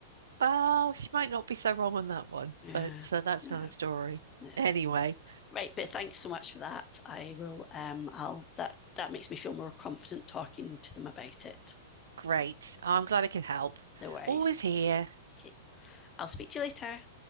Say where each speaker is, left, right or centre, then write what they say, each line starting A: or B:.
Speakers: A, on the right (about 80°); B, on the left (about 25°).
A: well, she might not be so wrong on that one,
B: yeah,
A: but so that's
B: yeah,
A: another story.
B: yeah.
A: Anyway,
B: Right, but thanks so much for that. I will um I'll that that makes me feel more confident talking to them about it.
A: great. I'm glad I could help.
B: No worries.
A: Always here.
B: Okay. I'll speak to you later.